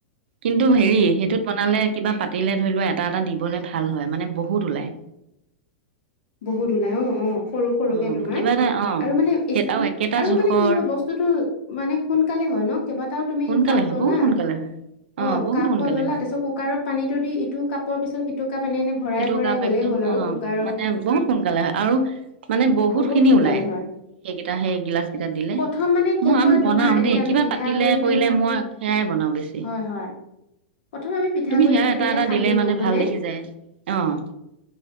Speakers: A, on the right (about 75°); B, on the left (about 70°).
A: কিন্তু হেৰি সেইটোত বনালে কিবা পাতিলে ধৰি লোৱা এটা এটা দিবলে ভাল হয়, মানে বহুত ওলায়।
B: বহুত ওলাই অ' অ', সৰু-সৰুকে
A: অ
B: তোমাৰ
A: কিবা এটা অ
B: আৰু মানে
A: সেই আৰু একেটা
B: আৰু
A: জোখৰ
B: মানে কি হয় বস্তুটো মানে সোনকালে হয় ন? কেইবাটাও তুমি
A: সোনকালে
B: কাপ
A: হয়
B: ললা।
A: বহুত সোনকালে হয়
B: অ'
A: বহুত
B: কাপ
A: সোনকালে
B: হ ললা,
A: হয়
B: তাৰ পিছত কুকাৰত পানীটো দি ইটো কাপৰ পিছত সিটো কাপ এনে এনে ভৰাই
A: সিটো
B: ভৰাই
A: কাপ
B: গ'লেই
A: একদম
B: হ'ল।
A: উম,
B: আৰু কুকাৰৰ
A: মানে বহুত সোনকালে হয় আৰু মানে বহুতখিনি
B: বহুত সোনকালে
A: ওলায়।
B: হয়
A: সেইকেইটা সেই গিলাচকেইটাত দিলে,
B: প্ৰথম মানে কি
A: মই
B: হয়
A: আমি
B: তোমাৰ
A: বনাও
B: এনেকে
A: দেই
B: আমি
A: কিবা
B: পিঠাগুৰিটো
A: পাতিলে কৰিলে মই সেয়াই বনাওঁ বেছি।
B: হয় হয় প্ৰথম আমি পিঠাগুৰিটো
A: তুমি সেয়া
B: তেনেকে
A: এটা এটা
B: সানি
A: দিলে মানে
B: লওঁ হয়নে
A: ভাল দেখি যায়। অ'!